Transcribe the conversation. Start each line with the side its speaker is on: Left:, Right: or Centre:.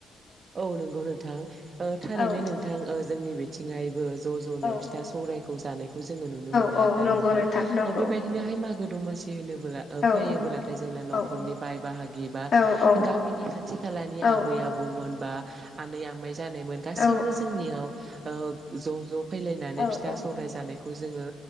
Right: औ नंगौ नोंथां। ओ थारैनो
Left: औ
Right: नोंथां ओ जोंनि बिथिंहायबो ज' ज'नो
Left: औ
Right: फिथा सौरायखौ जानायखौ जोंङो नुनो मोनो
Left: औ
Right: आरो ना
Left: नंगौ
Right: नोंथां।
Left: नंगौ
Right: ओ बेबायदिनोहाय मागो दमासि सि होनोबोला ओ
Left: औ
Right: फैयोबोलाथाय जोंना न'खरनि
Left: औ
Right: बाय बाहागि बा
Left: औ औ
Right: गामिनि खाथि खालानि
Left: औ
Right: आबै आबौमोन बा आनै आमाय जानायमोन गासैबो
Left: औ
Right: जोंनियाव ओ ज' ज' फैलायनानै
Left: औ
Right: फिथा
Left: औ
Right: सौराय जानाय खौ जोंङो